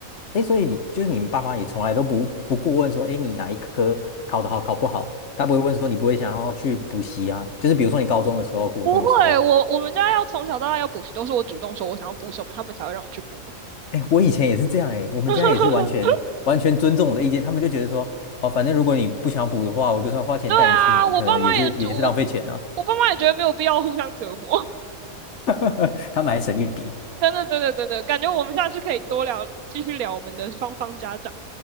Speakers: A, on the left; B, on the right.
A: 哎，所以你就是你们爸妈也从来都不不过问说，哎，你哪一科考得好，考不好，他不会问说你不会想要去补习啊？就是比如说你高中的时候、国中的时候，
B: 不会，我我们家要从小到大要补习，都是我主动说我想要补什么，他们才会让我去补。
A: 哎，我以前也是这样，哎，我们家也是完全完全尊重我的意见，
B: <laughs>
A: 他们就觉得说，哦，反正如果你不想补的话，我就算花钱带你去，
B: 对啊，
A: 你可能也是也是浪费钱啊，
B: 我爸妈也主我我爸妈也觉得没有必要互相折磨。
A: <laughs> 他们还省一笔。
B: <laughs> 真的真的真的，感觉我们下次可以多聊，继续聊我们的双方家长，